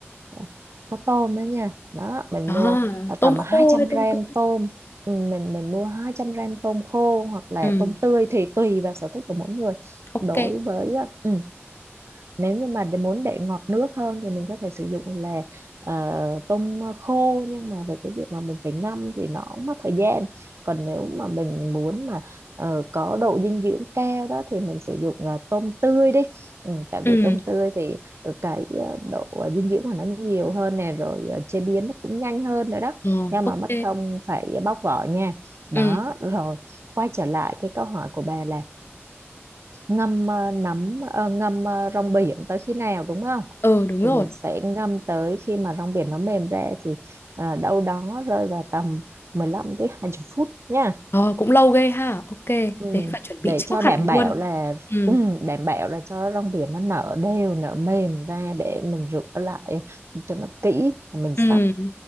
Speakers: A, on the right; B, on the left.
A: ờ, có tôm đó nha đó mình
B: à,
A: mua ờ,
B: tôm
A: tầm
B: khô
A: hai trăm
B: hay tôm
A: gram
B: tươi?
A: tôm Ừ, mình mình mua 200 gram tôm khô hoặc là
B: Ừ,
A: tôm tươi thì tùy vào sở thích của mỗi người
B: ok.
A: đối với ờ, ừ, nếu như mà để- muốn để ngọt nước hơn thì mình có thể sử dụng là ờ, tôm khô nhưng mà về cái việc mà mình phải ngâm thì nó cũng mất thời gian còn nếu mà mình muốn mà ờ, có độ dinh dưỡng cao đó thì mình sử dụng ờ, tôm tươi đi ừ, tại
B: Ừ,
A: vì tôm tươi thì ờ, cái ờ, độ ờ, dinh dưỡng của nó nhiều hơn nè rồi ờ, chế biến nó cũng nhanh hơn nữa đó
B: ờ,
A: nhưng
B: ok.
A: mà mất công phải bóc vỏ nha đó
B: Ừ,
A: rồi quay trở lại cái câu hỏi của bà là ngâm ờ, nấm ờ, ngâm ờ, rong biển tới khi nào đúng không
B: ừ đúng
A: thì
B: rồi.
A: mình sẽ ngâm tới khi mà rong biển nó mềm ra thì ờ, đâu đó rơi vào tầm 15 tới 20 phút nha
B: Ờ, cũng lâu ghê ha. Ok,
A: ừ.
B: thế phải chuẩn bị
A: để
B: trước
A: cho đảm
B: hẳn
A: bảo
B: luôn.
A: là
B: Ừ,
A: ừ, đảm bảo là cho rong biển nó nở đều nở mềm ra để mình rửa lại cho nó kỹ mình
B: ừ,
A: sắp